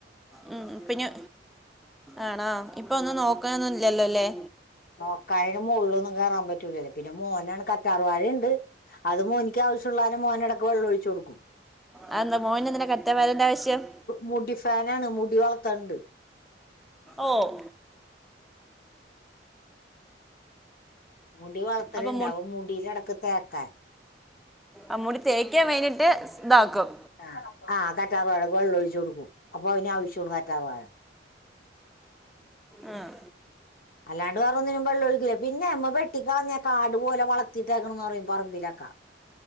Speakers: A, in the centre; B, on the left.
A: ഉം പിന്നെ ആണോ ഇപ്പൊ ഒന്നും നോക്കാനൊന്നി ല്ലല്ലോല്ലെ
B: നോക്കാന് മോളിലൊന്നും കേറാൻ പറ്റൂലല്ല് പിന്നെ മോനാണ് കറ്റാർ വാഴയുണ്ട് അത് മോനിക്ക് ആവശ്യള്ളാനം മോൻ ഇടക്ക് വെള്ളം ഒഴിച്ചൊ ടുക്കും
A: അതെന്താ മോൻ എന്തിനാ കറ്റ വരേണ്ട ആവശ്യം
B: മുടി ഫാനാണ് മുടി വളത്തണ്ട്
A: ഓഹ്
B: മുടി വളർത്തലുണ്ട്
A: അപ്പൊ
B: അവൻ മുടീൽ ൽ ഇടക്ക് തേക്കാൻ
A: അമ്മൂടി തേക്കാൻ വേണ്ടിട്ട് ഇതാക്കും
B: ആഹ് ആഹ് കറ്റാർ വാഴ വെള്ളം ഒഴിച്ചു കൊടുക്കും അപ്പൊ അതിന് ആവശ്യോണ് കറ്റാർ വാഴ
A: ആഹ്
B: അല്ലാണ്ട് വേറെ ഒന്നിനും വെള്ളം ഒഴിക്കില്ല പിന്നെമ്മ വെട്ടിക്കളഞ്ഞക്കാട് പോലെ വളർത്തിട്ടേക്കണെന്ന് പറയും പറമ്പിലൊക്ക